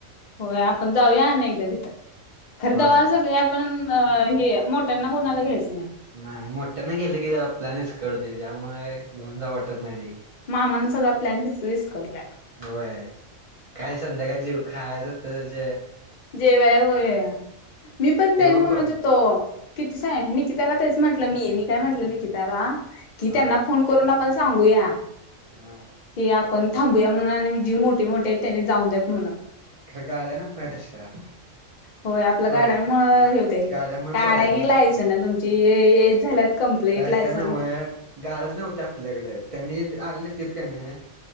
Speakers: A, on the left; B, on the right.
A: होय आपण जाऊया आने एकदा तिथं, खरं
B: होय
A: तवा सगळी आपण अ हे मोट्याना कुणाला घ्यायचं नाय.
B: नाय, मोठ्याना गेलं की जरा प्लॅन विस्कडतोय, त्यामुळं घेऊन जाऊ वाटत नाही ते.
A: मामान सगळा प्लॅन फिस विस्कडल्याला.
B: होय, काय संध्याकाळ जीव खायच हुतं ज
A: जेवय होय,, मी पण
B: ते
A: तेच म्हणत
B: करून
A: हुतो. किती स निकिताला तेच म्हटलं मी, मी काय म्हटलं निकिताला, की
B: हा
A: त्यांना फोन करू न आपण सांगूया.
B: हा.
A: की आपण थांबूया म्हणून, आणि जी मोठी मोठी आहे त्यांनी जाऊन द्द्यात म्हणं.
B: गाड्या नको काय तशा.
A: होय आपलं
B: प्र
A: गड्यामुळं
B: हा
A: हे होतय,
B: गाड्यामुळे
A: काडा
B: प्रॉब्लेम
A: की
B: झालता
A: लायसन तुमची ये एज झाल्यात कंप्लीट
B: तसं
A: लायसन
B: नवं,, गाड्याच नव्हत्या आपल्याकडं, त्यांनी आले नसतीत कणई